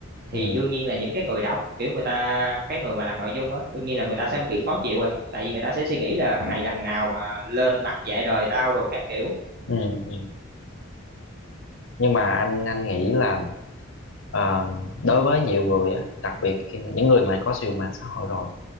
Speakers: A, on the left; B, on the right.
A: ừ
B: thì đương nhiên là những cái người đọc kiểu người ta cái người mà làm nội dung á đương nhiên là người ta sẽ bị khó chịu rồi tại vì người ta sẽ suy nghĩ là thằng
A: ừ
B: này là thằng nào mà lên mặt dạy đời tao đồ các kiểu
A: ừ ừ. nhưng mà anh anh nghĩ là ờ, đối với nhiều người á đặc biệt khi mà những người mà có sử dụng mạng xã hội rồi